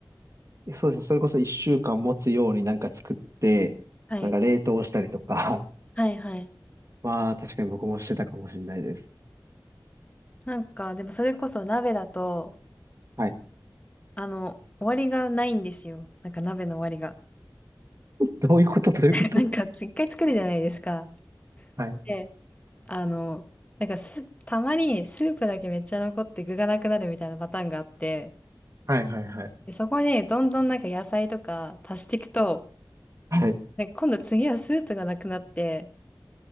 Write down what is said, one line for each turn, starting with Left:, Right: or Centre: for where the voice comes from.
Right: えそうですね、それこそ一週間持つようになんか作って、
Left: はい。
Right: なんか冷凍したりとか、
Left: はい、はい。
Right: <laughs> まあ確かに僕もしてたかもしれないです。
Left: なんか、でもそれこそ鍋だと、
Right: はい。
Left: あの、終わりがないんですよ。なんか鍋の終わりが。
Right: どういうことどういうこと
Left: <laughs> なんか、一回作るじゃないですか。
Right: はい。
Left: であの、なんかす、たまにスープだけめっちゃ残って具がなくなるみたいなパターンがあって、
Right: はいはいはい。
Left: で、そこにどんどんなんか野菜とか足していくと、
Right: はい。
Left: なんか今度次はスープがなくなって、